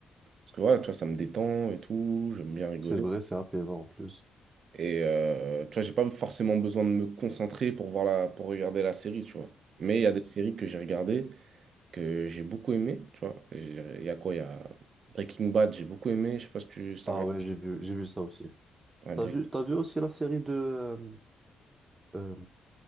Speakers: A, on the right (about 55°); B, on the right (about 20°).
A: Parce que voilà, tu vois, ça me détend et tout, j'aime bien rigoler.
B: C'est vrai, c'est apaisant en plus.
A: Et euh, tu vois, j'ai pas forcément besoin de me concentrer pour voir la, pour regarder la série, tu vois. Mais il y a des séries que j'ai regardées, que j'ai beaucoup aimées, tu vois. Et j'ai- Il y a quoi? Il y a Breaking Bad, j'ai beaucoup aimé. Je sais pas si tu si t'as
B: Ah
A: regardé.
B: ouais, j'ai vu, j'ai vu ça aussi.
A: Ouais,
B: T'as vu, t'as vu aussi la série de, euh, euh,